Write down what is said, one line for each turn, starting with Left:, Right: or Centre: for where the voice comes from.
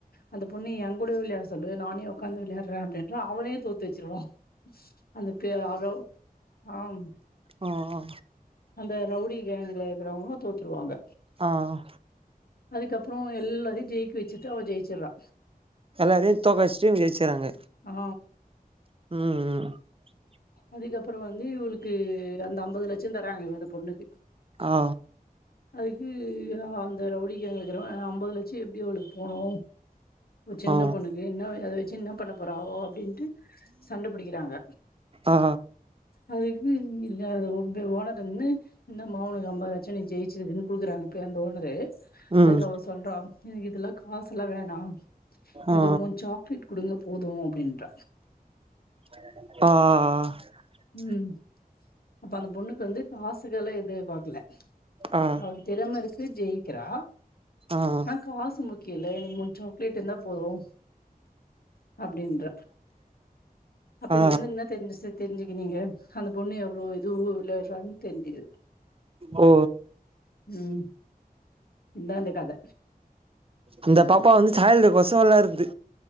Left: அந்த பொண்ணு என் கூட விளையாட சொல்லு நானே உக்காந்து விளையாடுறேன் அப்படின்றா அவனே தோத்து வச்சிருவான் அதுக்கு யாரோ ஆம்
Right: ஓஓ
Left: அந்த ரவுடி கேங்குள இருக்கிறவங்களு தோத்துருவாங்க
Right: ஆஹ்
Left: அதுக்கப்புறம் எல்லாத்தையும் ஜெயிக்க வச்சுட்டு அவள் ஜெயிச்சிடறா
Right: எல்லாத்தையும் தோக்க வச்சு இவங்க ஜெயிச்சுறாங்க
Left: ஆ
Right: உஹம் உஹம்
Left: அதுக்கப்புறம் வந்து இவளுக்கு அந்த ஐம்பது லட்சம் தராங்க இவ இந்த பொண்ணுக்கு
Right: ஆ
Left: அதுக்கு ரவுடி கேங்க்ல இருக்கிறவ ஐம்பது லட்சம் எப் எப்டி இவளுக்கு போனோ ஒரு சின்ன
Right: ஆ
Left: பொண்ணுக்கு என்ன வயசு அது வெச்சி என்ன பன்ன போற போறவோ அப்படின்ட்டு சண்டைபிடிக்கிறாங்க
Right: ஆ
Left: அதுக்கு <inaudible> அது ஓனர்ட்ட நின்னு இந்தமா உனக்கு ஐம்பதுலட்சம் நீ ஜெயிச்சிருக்கான்னு குடுக்குறாங்க இப்ப அந்த ஓனரு
Right: ம்
Left: அதுக்கு அவ சொல்றான் எனக்கு இதெல்லாம் காசு எல்லாம் வேணாம் எனக்கு
Right: ஆ
Left: ஒரு மூணு சாக்லேட் கொடுங்க போதும் அப்படின்ற
Right: ஆஹ் ஆஹ் ஆஹ்
Left: உம் அப்ப அந்த பொண்ணுக்கு வந்து காஸ்சுல எதிர் பாக்கல
Right: ஆ
Left: அவ திறம இருக்கு ஜெயிக்கிறா
Right: ஆ
Left: ஆஹ் காசு முக்கி இல்ல எனக்கு முன் சாக்லேட் இருந்த போதும் அப்படின்ற அப்ப
Right: ஆ
Left: இதுல இருந்து என்ன தெரிஞ்சு தெரிஞ்சுக்கு நீங்க அந்த பொண்ணு எவ்வளவு இதுவும் விளையாடுறான்னு தெரிஞ்சுக்குது
Right: ஓ
Left: ம் இதா இந்த கத
Right: அந்த பாப்பா வந்து சாக் இந்த பஸ் நல்லா இருந்து